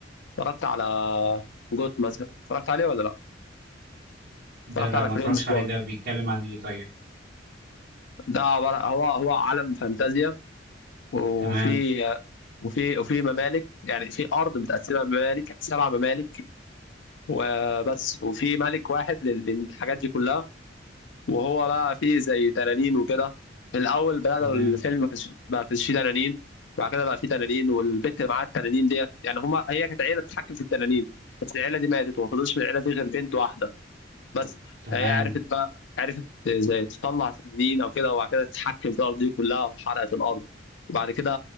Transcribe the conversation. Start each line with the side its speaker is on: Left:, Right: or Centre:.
Left: اتفرجت على جوت مثلا اتفرجت عليه ولا لا
Right: ده
Left: اتفرجت
Right: لا
Left: على
Right: ما
Left: فريندز
Right: اتفرجش
Left: برضه،
Right: عليه ده بيتكلم عن إيه طيب؟
Left: ده عبارة هو هو عالم فانتازيا وفي
Right: تمام
Left: وفي وفي ممالك يعني في أرض متقسمة ممالك سبع ممالك وبس وفي ملك واحد لل- للحاجات دي كلها وهو بقى فيه زي تنانين وكده في الأول بدأنا
Right: تمام
Left: الفيلم ما كانش ما كانش فيه تنانين بعد كده بقى فيه تنانين والبت اللي معاها التنانين ديت يعني هما هي كانت عيلة بتتحكم في التنانين بس العيلة دي ماتت وما فضلش من العيلة دي غير بنت واحدة بس
Right: تمام
Left: فهي عرفت بقى عرفت زي تطلع تنين او كده وبعد كده تتحكم في الارض دي كلها وحرقت الارض وبعد كده